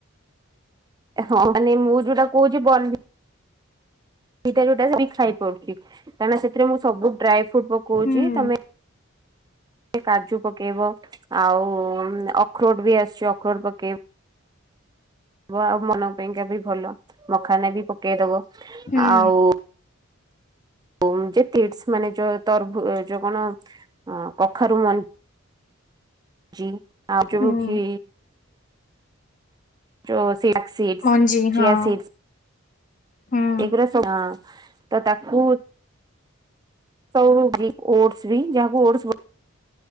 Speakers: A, on the right; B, on the left.
A: ହଁ ମାନେ ମୁଁ ଯୋଉଟା କହୁଚି ବ ସେଇଟା ଯୋଉଟା ସେଇଠି ଖାଇ ପାରୁଚି କାହିଁକିନା ସେଥିରେ ମୁଁ ସବୁ ଡ୍ରାଏ ଫ୍ରୁଟ ପକୋଉଚି
B: ହୁଁ
A: ତମେ କାଜୁ ପକେଇବ ଆଉ ଅଖରୋଟ୍ ବି ଆସୁଚି ଅଖରୋଟ୍ ପକେଇବ। ବ ଆଉ ମନ ପାଇଁକା ବି ଭଲ ମଖାନା ବି ପକେଇଦବ
B: ହୁଁ
A: ଆଉ ଯୋଉ ଯେ ତିଡ଼ସ୍ ମାନେ ଯୋଉ ତରଭ ଯୋଉ କଣ ଅଁ କଖାରୁ ମଞ୍ଜି ଜି ଆ ଯୋଉ
B: ହୁଁ
A: ଖି ଯଉ ଚିଆ ସିଡ୍ସ
B: ମଞ୍ଜି ହଁ
A: ଚିଆ ସିଡସ୍
B: ହୁଁ
A: ଏଗୁରା ସ ତ ତାକୁ ସବୁ ଜି ଓଟସ ବି ଯାହା କୁ ଓଟସ